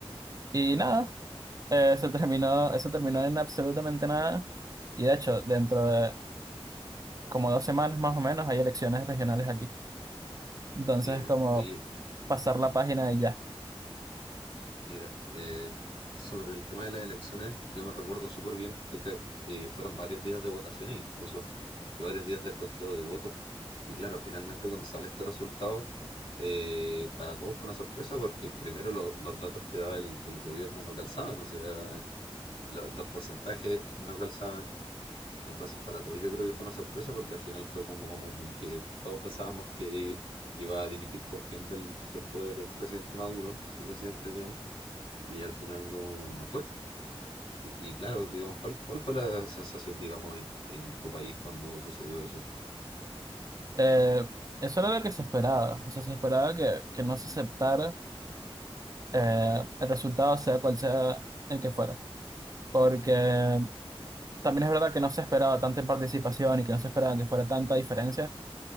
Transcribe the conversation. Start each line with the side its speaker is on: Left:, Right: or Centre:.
Right: y nada, eh, se terminó, eso terminó en absolutamente nada, y de hecho, dentro de como dos semanas más o menos hay elecciones regionales aquí, entonces
Left: mira,
Right: es como
Left: oye.
Right: pasar la página y ya.
Left: Mira, eh, sobre el tema de las elecciones, yo me recuerdo súper bien de que eh, fueron varios días de votaciones incluso, y varios días del conteo de votos. Y claro, finalmente cuando sale este resultado, eh, para todos fue una sorpresa porque primero lo- los datos que daba el, el gobierno no calzaban, o sea, lo- los porcentajes no calzaban. Entonces para todos yo creo que fue una sorpresa porque al final fue como que todos pensábamos que iba a dimitir por fin del, del poder el presidente Maduro, su presidente, digamos y al final no, no fue. Y, y claro, digamos, ¿cuál, cuál fue la sensación, digamos, en, en tu país cuando sucedió eso?
Right: Eh, eso era lo que se esperaba, o sea, se esperaba que, que no se aceptara eh, el resultado, sea cual sea el que fuera, porque... También es verdad que no se esperaba tanta participación y que no se esperaba que fuera tanta diferencia,